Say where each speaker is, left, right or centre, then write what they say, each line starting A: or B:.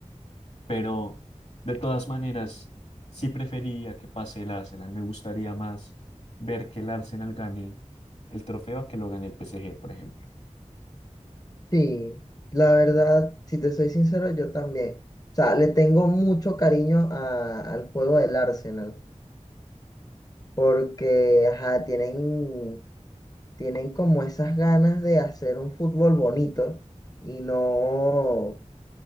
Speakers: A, on the left; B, on the left.
A: Pero de todas maneras, sí preferiría que pase el Arsenal. Me gustaría más ver que el Arsenal gane el trofeo a que lo gane el PSG, por ejemplo.
B: Sí, la verdad, si te soy sincero, yo también. O sea, le tengo mucho cariño a- al juego del Arsenal porque, ajá, tienen tienen como esas ganas de hacer un fútbol bonito y no